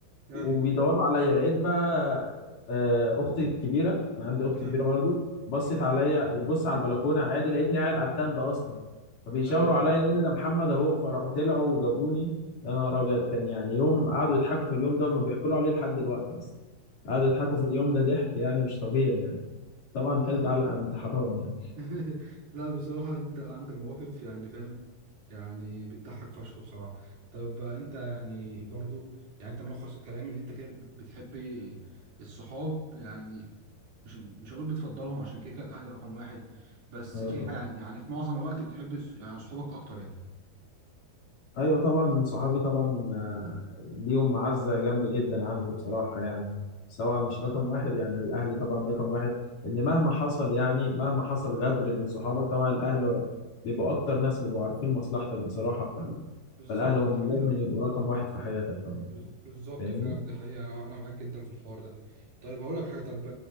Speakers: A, on the right; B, on the left.
A: ايوه
B: وبيدوروا عليا لقيت بقى آه، اختي الكبيره انا عندي اخت
A: ايوه
B: كبيره برضو بصت
A: مم.
B: عليا بتبص على البلكونه عادي لقيتني قاعد على التند اصلا فبيشاوروا
A: ايوه
B: عليا ايه ده ده محمد اهو فراحوا طلعوا وجابوني يا نهار ابيض كان يعني يوم قعدوا يضحكوا في اليوم ده وما بيحكوا له عليه لحد دلوقتي اصلا قعدوا
A: أيوة.
B: يضحكوا في اليوم ده ضحك يعني مش طبيعي يعني طبعا كلت علقه من حرام يعني
A: <laughs> لا بصراحة انت عندك مواقف يعني فاهم يعني بتضحك فشخ بصراحة طب انت يعني برضو يعني انت ملخص الكلام ان انت كده بتحب الصحاب يعني مش مش هقول بتفضلهم عشان كده كده الاهل رقم واحد بس
B: اه
A: في
B: طبعا
A: يعني يعني في معظم الوقت بتحب الص- يعني صحابك اكتر يعني
B: ايوه طبعا صحابي طبعا آه، ليهم معزه جامده جدا عندي بصراحه يعني بس طبعا مش رقم واحد يعني الاهلي طبعا رقم واحد ان مهما حصل يعني مهما حصل غدر من صحابك طبعا الاهل بيبقوا اكتر ناس بيبقوا عارفين مصلحتك بصراحه فال...
A: بالظبط
B: فالاهل هم
A: دي حقيقة.
B: لازم يبقوا رقم واحد في حياتك طبعا
A: بز- بالظبط
B: فاهمني
A: فعلا دي حقيقة أنا أنا معاك جدا في الحوار ده طيب هقول لك حاجة طب